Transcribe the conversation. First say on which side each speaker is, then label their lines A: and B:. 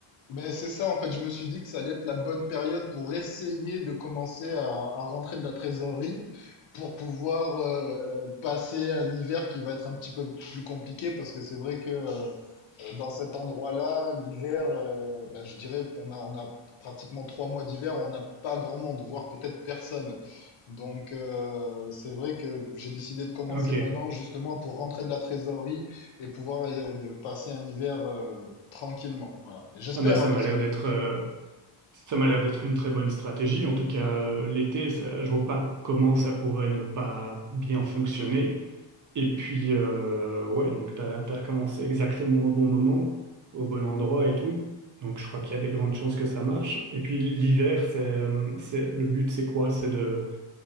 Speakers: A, on the left (about 65°); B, on the right (about 40°).
A: Ben, c'est ça, en fait, je me suis dit que ça allait être la bonne période pour essayer de commencer à, à rentrer de la trésorerie pour pouvoir euh, euh, passer un hiver qui va être un petit peu plus compliqué parce que c'est vrai que euh, euh, dans cet endroit-là, l'hiver, euh, ben, je dirais qu'on a, on a pratiquement trois mois d'hiver, on n'a pas grand monde, voire peut-être personne. Donc euh, c'est vrai que j'ai décidé de commencer
B: Ok.
A: maintenant justement pour rentrer de la trésorerie et pouvoir euh, de passer un hiver euh, Tranquillement, voilà. Et j'espère,
B: Ah bah ça
A: hein, parce
B: m'a l'air
A: que de-
B: d'être euh, ça m'a l'air d'être une très bonne stratégie. En tout cas, euh, l'été, ça- je vois pas comment ça pourrait ne pas bien fonctionner. Et puis, euh, ouais, donc t'as, t'as commencé exactement au bon moment, au bon endroit et tout. Donc, je crois qu'il y a des grandes chances que ça marche. Et puis, l'hiver, c'est, euh, c'est, le but, c'est quoi? C'est de,